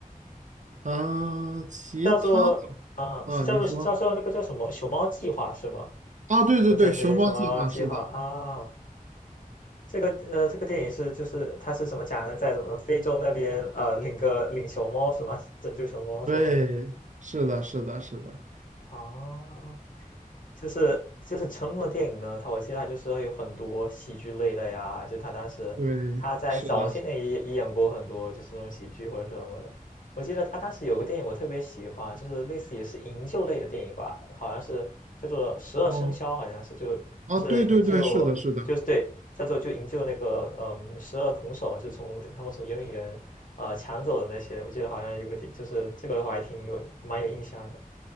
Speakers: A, on the right; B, on the left.
A: 嗯、其他的啊，
B: 叫做啊，是叫做是叫做那个叫什么《熊猫计划》是吗？
A: 你说啊，对对对，
B: 哦，对对，
A: 熊猫计划是的，
B: 《熊猫计划》啊，这个呃，这个电影是就是它是什么讲的，在什么非洲那边呃领个领熊猫是吗？拯救熊猫是吗？
A: 对，是的，是的，是的，
B: 啊，就是就是成龙的电影呢，他我记得他就是会有很多喜剧类的呀，就他当时他在早些年也也演过很多就是这种喜剧或者是什么的。
A: 对，是的。
B: 我记得他当时有个电影我特别喜欢，就是类似也是营救类的电影吧，好像是叫做《十二生肖》，
A: 哦，
B: 好像是就就是营救就是对，
A: 啊，对对对，是的，是的，
B: 叫做就营救那个嗯十二铜首嘛就是从他们从圆明园呃抢走的那些，我记得好像有个电就是这个我还挺有蛮有印象的。